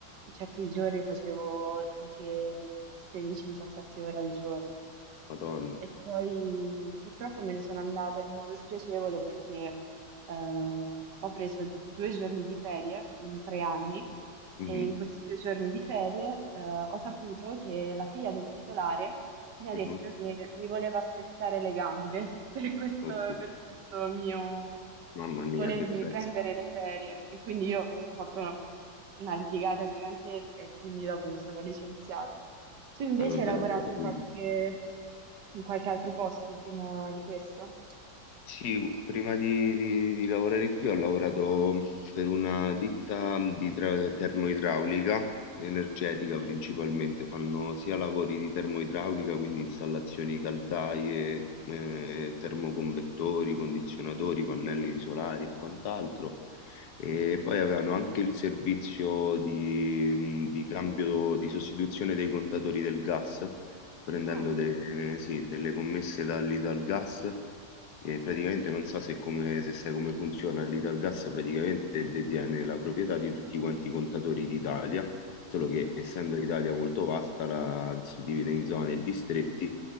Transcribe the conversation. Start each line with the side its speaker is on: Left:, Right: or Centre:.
Right: certi giorni facevo anche 16-17 ore al giorno
Left: Madonna.
Right: e poi purtroppo me ne sono andata in modo spiacevole perché eh, ho preso due giorni di ferie in tre anni
Left: Mhm,
Right: e in questi due giorni di ferie eh, ho saputo che la figlia del titolare mi ha
Left: mhm.
Right: detto che mi voleva spezzare le gambe <laughs> per questo,
Left: Oddio,
Right: per questo mio
Left: Mamma mia,
Right: volermi
Left: che pezzo.
Right: prendere le ferie. E quindi io ho fatto una, una litigata gigantesca e quindi dopo mi sono licenziata. Tu invece
Left: Ah, non
Right: hai
Left: te
Right: lavorato
Left: la sei tenuta.
Right: in qualche, in qualche altro posto prima di questo?
Left: Sì, prima di, di- di lavorare qui ho lavorato per una ditta di tra- termoidraulica, energetica principalmente, fanno sia lavori di termoidraulica, quindi installazioni caldaie, eh, termoconvettori, condizionatori, pannelli solari e quant'altro, e poi avevano anche il servizio di, di cambio, di sostituzione dei contatori del gas, prendendo
Right: Ah,
Left: de- sì, delle commesse dall'Italgas e praticamente non so se, come, se sai come funziona, l'Italgas praticamente detiene la proprietà di tutti quanti i contatori d'Italia, solo che
Right: ah,
Left: essendo l'Italia molto vasta la suddivide in zone e distretti